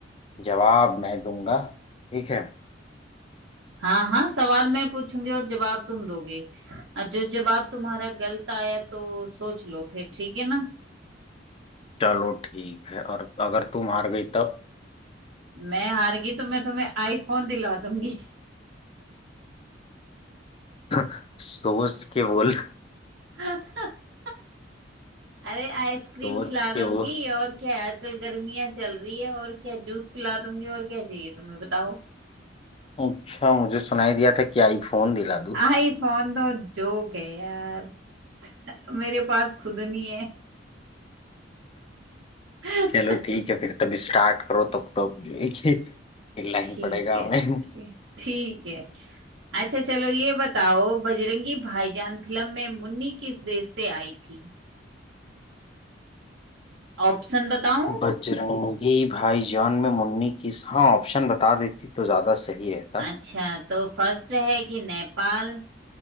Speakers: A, on the left; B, on the right.
A: जवाब मैं दूंगा ठीक है
B: हाँ हाँ सवाल मैं पूछूंगी और जवाब तुम दोगे और जो जवाब तुम्हारा गलत आया तो सोच लो फिर ठीक है ना
A: चलो ठीक है और अगर तू हार गई तब
B: मैं हार गई तो मैं तुम्हें आईफोन दिला दूंगी
A: <laughs> सोच के बोल
B: <laughs> अरे आइसक्रीम
A: सोच
B: खिला दूंगी
A: के वो
B: और क्या है आजकल गर्मियां चल रही है और क्या जूस पिला दूंगी और क्या चाहिए तुम्हें बताओ
A: अच्छा मुझे सुनाई दिया था कि आईफोन दिला दूं <laughs>
B: आईफोन तो जोक है यार मेरे पास खुद नहीं है <laughs>
A: चलो ठीक है फिर तब स्टार्ट करो तब तो अब जो है कि खेलना
B: ठीक
A: ही पड़ेगा
B: है
A: हमें
B: ठीक है ठीक है अच्छा चलो ये बताओ बजरंगी भाईजान फिल्म में मुन्नी किस देश से आई थी ऑप्शन बताऊं
A: <laughs> बजरंगी भाईजान में मुन्नी किस हाँ ऑप्शन बता देती तो ज्यादा सही रहता
B: अच्छा तो फर्स्ट है कि नेपाल